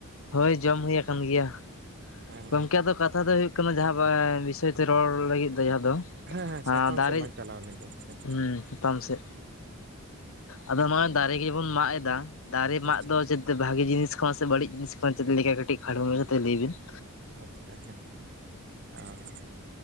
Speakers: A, on the left; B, on the right.
A: ᱦᱳᱭ ᱡᱚᱢ ᱦᱩᱭ ᱟᱠᱟᱱ ᱜᱮᱭᱟ ‍᱾
B: ᱦᱮᱸ
A: ᱜᱚᱢᱠᱮ ᱟᱫᱚ ᱠᱟᱛᱷᱟ ᱫᱚ ᱦᱩᱭᱩᱜ ᱠᱟᱱᱟ ᱡᱟᱦᱟᱸ ᱵᱤᱥᱚᱭ ᱛᱮ ᱨᱚᱲ ᱞᱟᱜᱤᱫ ᱫᱚ ᱡᱟᱦᱟᱸ ᱫᱚ
B: ᱦᱮᱸ ᱦᱮᱸ ᱥᱟᱛᱟᱢ
A: ᱟᱨ ᱫᱟᱨᱮ
B: ᱥᱮᱫ ᱞᱟᱝ ᱪᱟᱞᱟᱣ ᱞᱮᱱᱜᱮ
A: <inaudible>
B: ᱦᱮᱸ
A: ᱦᱩᱸ ᱪᱮᱛᱟᱱ ᱥᱮᱫ ᱟᱫᱚ ᱱᱚᱜ-ᱚᱭ ᱫᱟᱨᱮ ᱜᱮᱵᱚᱱ ᱢᱟᱜ ᱮᱫᱟ ᱾ ᱫᱟᱨᱮ ᱢᱟᱜ
B: ᱟᱪᱪᱷᱟ
A: ᱫᱚ ᱪᱮᱫ ᱵᱷᱟᱜᱤ ᱡᱤᱱᱤᱥ ᱠᱟᱱᱟ ᱥᱮ ᱵᱟᱹᱲᱤᱡ ᱡᱤᱱᱤᱥ ᱠᱟᱱᱟ ᱪᱮᱫ ᱞᱮᱠᱟ ᱠᱟᱹᱴᱤᱡ ᱠᱷᱟᱴᱚ ᱢᱟᱪᱷᱟ ᱛᱮ ᱞᱟᱹᱭ ᱵᱤᱱ ᱾
B: ᱟᱪᱪᱷᱟ ᱦᱮᱸ ᱾ <inaudible> ᱟᱨ